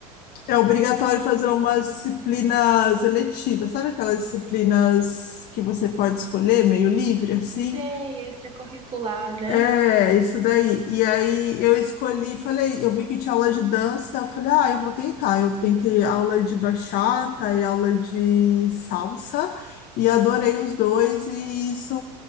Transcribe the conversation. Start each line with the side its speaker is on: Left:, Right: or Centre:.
Left: é obrigatório fazer umas disciplinas eletivas, sabe aquelas disciplinas que você pode escolher, meio livre, assim?
Right: Sei, extracurricular, né?
Left: É, isso daí. E aí eu escolhi, falei, eu vi que tinha aula de dança, eu falei, ah, eu vou tentar. Eu tentei aula de bachata e aula de salsa e adorei os dois e isso